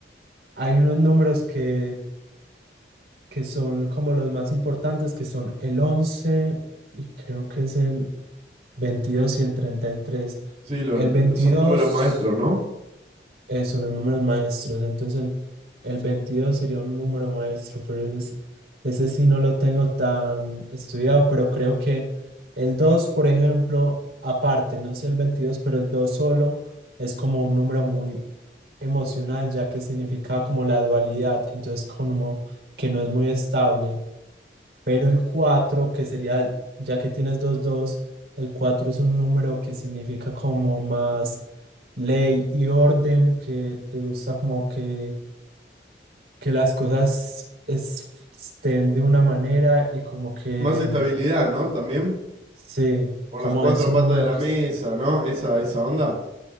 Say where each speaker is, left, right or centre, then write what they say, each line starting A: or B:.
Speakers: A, on the right (about 75°); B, on the right (about 40°).
A: hay unos números que que son como los más importantes, que son el 11 y creo que es el 22 y el treinta y tres
B: Sí, los-
A: El veintidós
B: son números maestros, ¿no?
A: eh, los números maestros, entonces el, el 22 sería un número maestro, pero ese, sí- ese sí no lo tengo tan estudiado, pero creo que el dos por ejemplo, aparte, no sé el veintidós pero el 2 solo es como un número muy emocional, ya que significa como la dualidad, entonces como que no es muy estable. Pero el 4 que sería, ya que tienes dos dos, el 4 es un número que significa como más ley y orden, que te gusta como que, que las cosas es- estén de una manera y como que,
B: Más estabilidad,
A: mm,
B: ¿no? También
A: sí,
B: por
A: como
B: las cuatro
A: es un
B: patas
A: número
B: de la
A: que
B: mesa,
A: es-
B: ¿no? Esa, esa onda.